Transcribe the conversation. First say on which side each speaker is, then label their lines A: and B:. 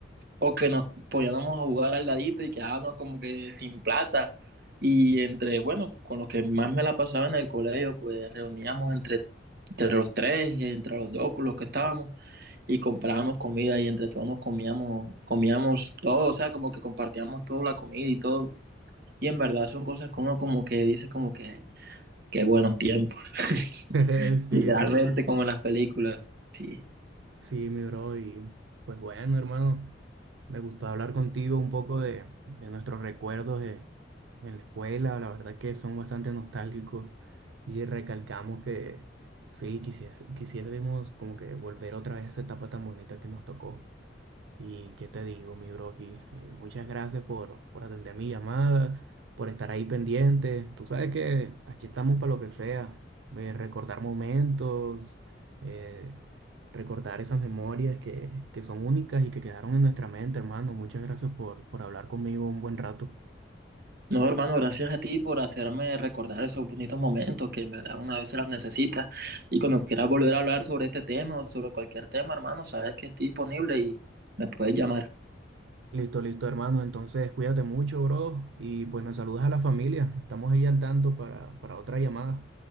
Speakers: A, on the right; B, on the right.
A: o que nos poníamos a jugar al dadito y quedábamos como que sin plata. Y entre, bueno, con los que más me la pasaba en el colegio, pues reuníamos entre, entre los tres, entre los dos, con los que estábamos, y comprábamos comida y entre todos nos comíamos, comíamos todo, o sea, como que compartíamos toda la comida y todo. Y en verdad son cosas que uno como que dice como que, qué buenos tiempos, <laughs>
B: <laughs> Sí,
A: literalmente
B: hermano.
A: como en las películas, sí.
B: Sí, mi bro, y pues bueno, hermano, me gustó hablar contigo un poco de, de nuestros recuerdos de- en la escuela, la verdad que son bastante nostálgicos y recalcamos que sí, quisies- quisiésemos como que volver otra vez a esa etapa tan bonita que nos tocó. Y qué te digo, mi bro, aquí. eh, muchas gracias por, por atender mi llamada, por estar ahí pendiente. Tú sabes que aquí estamos para lo que sea. eh, recordar momentos, eh, recordar esas memorias que, que son únicas y que quedaron en nuestra mente, hermano. Muchas gracias por, por hablar conmigo un buen rato.
A: No, hermano, gracias a ti por hacerme recordar esos bonitos momentos que en verdad una vez se los necesita. Y cuando quieras volver a hablar sobre este tema o sobre cualquier tema, hermano, sabes que estoy disponible y me puedes llamar.
B: Listo, listo, hermano. Entonces, cuídate mucho, bro. Y pues me saludas a la familia. Estamos ahí al tanto para, para otra llamada.